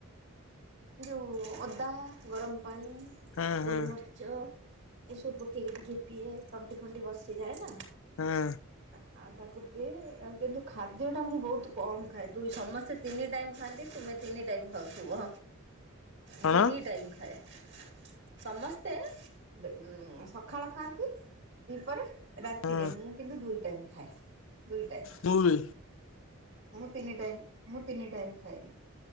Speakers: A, on the right; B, on the left.
A: ଯୋଉ ଅଦା, ଗରମ୍ ପାଣି,
B: ହଁ ହଁ
A: ଗୋଲମ ରିଚ ଏ ସବୁ ପକେଇକି ଟିକେ ପିଏ ତଣ୍ଟି, ଫଣ୍ଟି ବସିଯାଏନା।
B: ହଁ
A: ଆ ଆ ତାକୁ ପିଏ ଆଉ କିନ୍ତୁ ଖାଦ୍ୟ ଟା ମୁଁ ବହୁତ୍ କମ୍ ଖାଏ ଦୁଇ ସମସ୍ତେ ତିନି ଟାଇମ୍ ଖାଆନ୍ତି, ତୁମେ ତିନି ଟାଇମ୍ ଖାଉଥିବ।
B: କଣ
A: ମୁଁ ଦି ଟାଇମ୍ ଖାଏ। ସମସ୍ତେ ବ-ଅ-ଅ ସ ଖାଳ ଖାଆନ୍ତି ଦିପହରେ ରାତିରେ
B: ହଁ
A: ମୁଁ କିନ୍ତୁ ଦୁଇଟାଇମ୍ ଖାଏ ଦୁଇ ଟାଇମ୍।
B: ମୁଁ ବି
A: ମୁ ତିନି ଟାଇମ୍ ମୁ ତିନି ଟାଇମ୍ ଖାଏ।